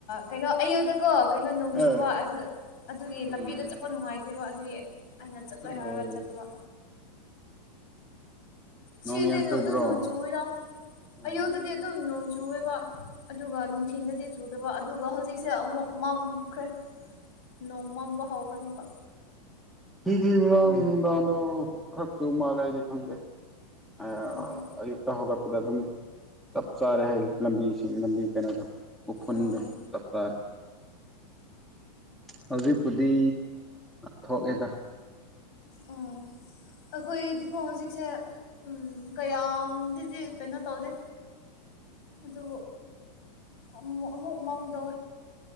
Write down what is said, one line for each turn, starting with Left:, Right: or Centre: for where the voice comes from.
Left: ꯀꯩꯅꯣ ꯑꯌꯨꯗꯀꯣ ꯀꯩꯅꯣ ꯅꯣꯡ
Centre: ꯑꯥ
Left: ꯆꯨꯕ ꯑꯗꯨ ꯑꯗꯨꯒꯤ
Centre: ꯎꯝ
Left: ꯂꯝꯕꯤꯗ ꯆꯠꯄ ꯅꯨꯡꯉꯥꯏꯇꯦꯕ ꯑꯗꯨꯒꯤ ꯑꯩꯅ ꯆꯠꯂꯣꯏ
Centre: ꯑꯣ
Left: ꯍꯥꯏꯔꯒ ꯆꯠꯇꯕ ꯁꯤꯗꯅ
Centre: ꯅꯣꯡ ꯌꯥꯝ ꯆꯨꯕ꯭ꯔꯣ
Left: ꯑꯗꯨꯝ ꯅꯣꯡ ꯆꯨꯔ
Centre: ꯑꯣ
Left: ꯑꯌꯨꯛꯇꯗꯤ ꯑꯗꯨꯝ ꯅꯣꯡ ꯆꯨꯕ ꯑꯗꯨꯒ ꯅꯨꯡꯊꯤꯟꯗꯗꯤ ꯆꯨꯗꯕ ꯑꯗꯨꯒ ꯍꯧꯖꯤꯛꯁꯦ ꯑꯃꯨꯛ ꯃꯝꯈ꯭ꯔꯦ ꯅꯣꯡꯃꯝ ꯍꯥꯎꯒꯃ ꯀ
Centre: ꯁꯤꯗꯤꯗꯥꯗ ꯈꯔꯆꯣ ꯃꯥꯂꯦꯗꯤ ꯈꯪꯗꯦ ꯑ
Left: ꯎꯝ
Centre: ꯑꯨꯛꯇꯛꯇ ꯍꯒ ꯗ ꯑꯗꯨꯝ ꯆꯞ ꯆꯥꯔꯦ ꯍꯥꯏ ꯂꯝꯕꯤꯁꯤꯡ ꯂꯝꯕꯤ ꯀꯩꯅꯣꯗꯣ ꯎꯐꯨꯟꯗ
Left: ꯑꯣ
Centre: ꯆꯞꯥꯔꯦ ꯍꯧꯖꯤꯛꯄꯨꯗꯤ ꯊꯣꯛꯑꯦꯗ
Left: ꯑꯣ ꯑꯩꯈꯣꯏꯗꯤꯀꯣ ꯍꯧꯖꯤꯛꯁꯦ ꯎꯝ ꯀꯌꯥꯝꯗꯤꯗꯤ ꯀꯩꯅꯣ ꯇꯧꯗꯦ ꯑꯗꯨ ꯎꯃꯛ ꯃꯃꯥꯡꯗ